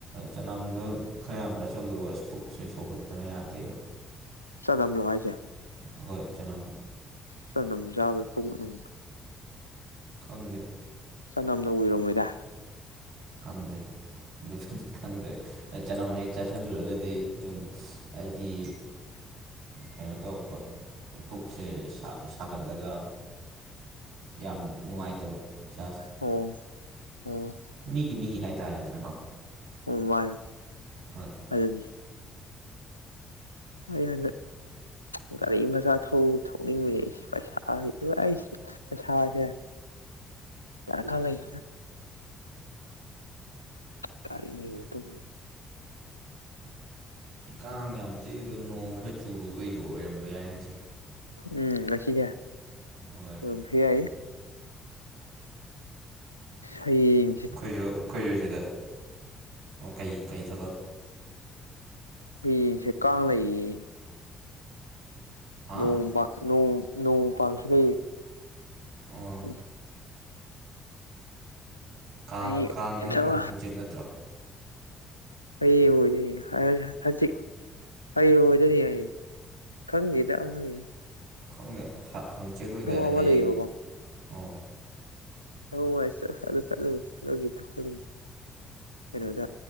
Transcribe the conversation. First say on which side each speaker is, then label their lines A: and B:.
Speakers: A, on the right (about 65°); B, on the left (about 90°).
A: ꯆꯅꯝꯗꯣ ꯈꯔ ꯌꯥꯝ ꯆꯥꯥꯁꯜꯂꯨ ꯑꯁ ꯄꯨꯛꯁꯨ ꯁꯧꯒꯠꯇꯅ ꯌꯥꯗꯦꯕ
B: ꯆꯅꯝꯂꯣ ꯍꯥꯏꯁꯦ
A: ꯍꯣꯏ ꯆꯅꯝ
B: ꯆꯅꯝ ꯆꯥꯕꯗ <unintelligible>
A: ꯈꯪꯗꯦ
B: ꯆꯅꯝꯅ ꯑꯣꯏꯔꯝꯃꯣꯏꯗ
A: ꯈꯪꯗꯦ ꯑꯗꯨꯕꯨꯗꯤ ꯈꯪꯗ꯭ꯔꯦ ꯆꯅꯝ ꯍꯦꯛ ꯆꯥꯥꯁꯜꯂꯨꯔꯒꯗꯤ ꯁꯨꯝ ꯑꯩꯗꯤ ꯀꯩꯅꯣ ꯇꯧꯔꯛꯄ ꯄꯨꯛꯁꯦ ꯁꯥ ꯁꯥꯒꯠꯂꯒ ꯌꯥꯝ ꯅꯨꯡꯉꯥꯏꯇꯕ ꯏꯁꯥꯁꯦ
B: ꯑꯣ ꯑꯣ
A: ꯃꯤꯒꯤ ꯃꯤꯒꯤ ꯍꯥꯏꯇꯥꯔꯦꯗꯅꯀꯣ
B: ꯑꯣ ꯋꯥꯏ ꯌꯣ
A: ꯍꯣꯏ
B: ꯑꯗꯨꯗꯤ ꯑꯔꯅ <unintelligible> ꯒꯥꯔꯤ ꯃꯆꯥ ꯊꯧ ꯊꯧꯅꯤꯡꯕꯅꯦ ꯑꯩꯁꯤ ꯄꯩꯁꯥ <unintelligible> ꯄꯩꯁꯥꯁꯦ ꯗꯔꯀꯥꯔ ꯂꯩ ꯀꯔꯤꯅ <unintelligible>
A: ꯀꯥꯡ ꯌꯥꯝ ꯆꯤꯛꯏꯗꯣ ꯅꯣꯡ ꯈꯔ ꯆꯨꯔꯨꯕꯩꯁꯨ ꯑꯣꯏꯔꯝꯕ ꯌꯥꯏ ꯉꯁꯤ
B: ꯎꯝ ꯉꯁꯤꯁꯦ
A: ꯍꯣꯏ
B: ꯑꯣꯏ ꯔꯣꯡ ꯁꯤ ꯌꯥꯏ ꯍꯌꯦꯡ
A: ꯑꯩꯈꯣꯏꯁꯨ ꯑꯩꯈꯣꯏꯁꯨ ꯁꯤꯗ ꯀꯩ ꯀꯩ ꯊꯕꯛ
B: ꯍꯌꯦꯡ ꯁꯦ ꯀꯥꯡ ꯂꯩꯌꯦ
A: ꯍꯥ
B: ꯅꯣꯡ ꯕꯥ ꯅꯣꯡ ꯅꯣꯡ ꯄꯥꯟꯕ ꯁꯤꯀꯩ
A: ꯑꯣ
B: ꯎꯝ
A: ꯀꯥꯡ
B: ꯍꯌꯦꯡ
A: ꯀꯥꯡꯗꯤ ꯍꯪꯆꯤꯠ ꯅꯠꯇ꯭ꯔꯣ
B: ꯍꯌꯦꯡ ꯑꯣꯏꯗꯣꯏꯅꯤ ꯍꯥꯏ ꯍꯪꯆꯤꯠ ꯍꯌꯦꯡ ꯑꯣꯏꯗꯣꯏꯅꯤ ꯍꯥꯏꯌꯦ ꯈꯪꯗꯦꯗꯥ <unintelligible>
A: ꯈꯪꯗꯦ ꯍꯪꯆꯤꯠ ꯑꯣꯏꯗꯥꯏꯅꯦ
B: ꯑꯃ
A: ꯍꯌꯦꯡ
B: ꯂꯩꯌꯦꯕꯀꯣ
A: ꯑꯣ
B: ꯍꯧ ꯆ ꯆꯂꯒ ꯇ <unintelligible> ꯀꯩꯅꯣꯗ